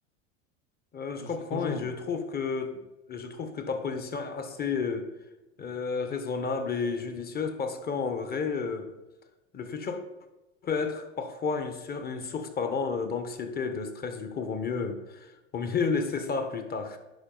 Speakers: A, on the left (about 25°); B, on the left (about 85°).
A: Euh, je
B: Je
A: comprends
B: suis toujours.
A: et je trouve que je trouve que ta position est assez euh, euh, raisonnable et judicieuse parce qu'en vrai, euh, le futur peut être parfois une, sur- une source pardon, euh, d'anxiété et de stress. Du coup, vaut mieux, <laughs> vaut mieux laisser ça plus tard.